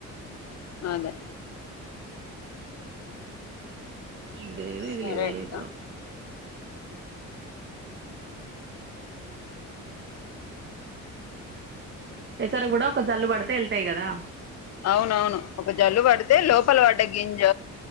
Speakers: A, on the left; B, on the right.
A: అదే
B: ఇదిదు ఇదిలే
A: సరే
B: ఏదమతుద
A: అక్క
B: తసర కూడా ఒక జల్లు పడితే వెళ్తాయి కదా
A: అవునవును ఒక జల్లు పడితే లోపల పడ్డ గింజ